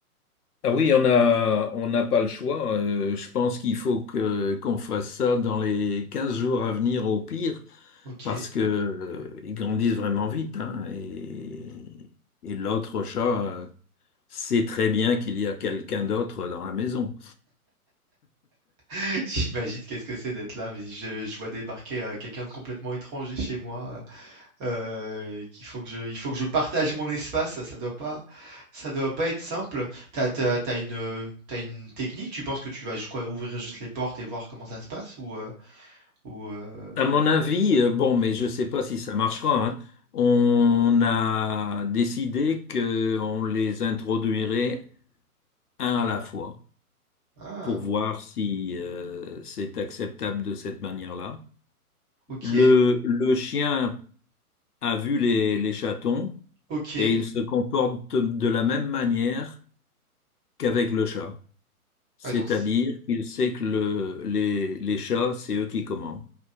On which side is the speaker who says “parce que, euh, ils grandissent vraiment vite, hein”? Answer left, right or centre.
Left